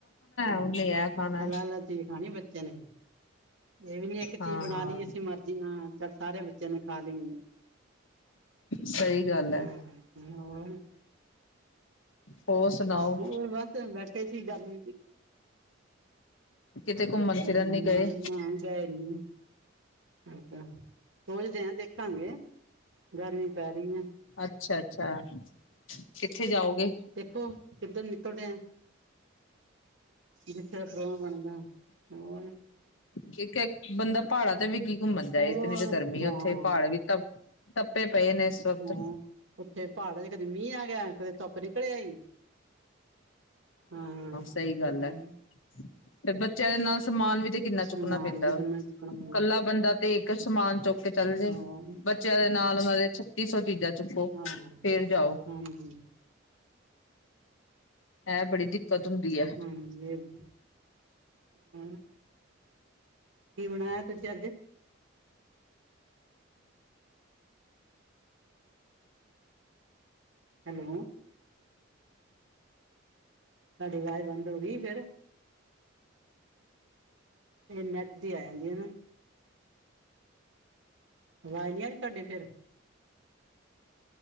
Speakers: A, on the right; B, on the left.
A: ਹਂ।
B: ਉਹਨੇ ਇਹ ਖਾਣਾ
A: ਅਲਗ-ਅਲੱਗ
B: ਹੈ।
A: ਚੀਜ ਖਾਣੀ ਬੱਚੇਆਂ ਨੇ ਵੀ। ਏ ਵੀ ਨੀ ਏਕ
B: ਹਾਂ-ਹਾਂ
A: ਚੀਜ਼ ਬਣਾ ਲੀਏ ਅਸੀ ਮਰਜੀ ਨਾਲ। ਸਾਰੇਆਂ ਬੱਚੇਆਂ ਨੇ ਖਾ ਲੀ।
B: ਸਹੀ ਗੱਲ
A: ਹਾਂ,
B: ਹੈ,
A: ਹੋਰ।
B: ਹੋਰ ਸੁਨਾਓ।
A: ਹੋਰ ਬਸ ਬੈਠੇ ਸੀ ਗਰਮੀ ਚ
B: ਕਿਤੇ ਘੁੰਮਣ
A: ਹੂਂ
B: ਫਿਰਨ
A: ਹੁਨ
B: ਨੀ
A: ਨਾਨ
B: ਗਏ,
A: ਨਾਨ ਗਏ ਨੇ। ਅੱਛਾ, ਸੋਚਦੇ ਆਂ, ਦੇਖਾਂਗੇ। ਗਰਮੀ ਪੈ ਰੀ ਐ।
B: ਅੱਛਾ ਅੱਛਾ, ਕਿੱਥੇ ਜਾਓਗੇ?
A: ਦੇਖੋ, ਕਿੱਧਰ ਨਿਕਲਦੇ ਆ? ਜਿਥੇ ਦਾ ਪੋ੍ਗਰਾਮ ਬਣਦਾ ਹੋਰ।
B: ਕਿ ਕੇ ਬੰਦਾ ਪਾੜਾਂ ਤੇ ਵੀ ਕੀ ਘੁੰਮਣ ਜਾਏ,
A: ਉਹ
B: ਇਤਨੀ ਤੇ ਗਰਮੀ
A: ਹਾਂ
B: ਐ ਓਥੇ ਪਾੜ ਵੀ ਤਪ ਤਪੇ ਪਏ ਨੇ। ਵਕਤ,
A: ਹਾਂ, ਉੱਥੇ ਪਹਾੜਾਂ ਚ ਕਦੇ ਮੀਂਹ ਆ ਗਿਆ, ਕਦੇ ਧੁੱਪ ਨਿਕਲੇ ਆਈ। ਹਾਂ,
B: ਸਹੀ ਗੱਲ
A: ਹਮ।
B: ਹੈ। ਤੇ ਬੱਚਿਆਂ ਦੇ ਨਾਲ ਸਮਾਨ ਵੀ ਤੇ ਕਿੰਨਾ
A: ਸਮਾਨ
B: ਚੁੱਕਣਾ ਪੈਂਦਾ
A: ਵੀ
B: ਵਾ।
A: ਕਿੰਨਾ ਚੁੱਕਣਾ ਪੈਂਦਾ
B: ਕੱਲਾ ਬੰਦਾ ਤੇ ਸਮਾਨ ਚੁੱਕ ਕੇ ਚੱਲ ਜਾਈਂ,
A: ਹਾਂ
B: ਬੱਚਿਆਂ ਦੇ ਨਾਲ ਉਹਨਾਂ ਦੇ ਛੱਤੀ ਸੌ ਚੀਜ਼ਾਂ ਨੇ। ਚੁੱਕੋ,
A: ਹਾਂ
B: ਫੇਰ ਜਾਓ।
A: ਹਾਂਜੀ
B: ਹੈ, ਬੜੀ ਦਿੱਕਤ ਹੁੰਦੀ ਹੈ।
A: ਹਮ, ਇਹ। <unintelligible> ਹਮ। ਕੀ ਬਣਾਇਆ ਤੁਸੀਂ ਅੱਜ? ਹੈਲੋ। ਤੁਹਾਡੀ ਆਵਾਜ਼ ਬੰਦ ਹੋ ਗਈ ਫੇਿਰ? ਇਹ ਨੈੱਟ ਦੀ ਆ ਜਾਂਦੀ ਹੈ ਨਾ। ਆਵਾਜ਼ ਨਹੀਂ ਆਈ ਤੁਹਾਡੇ ਫੇਰ?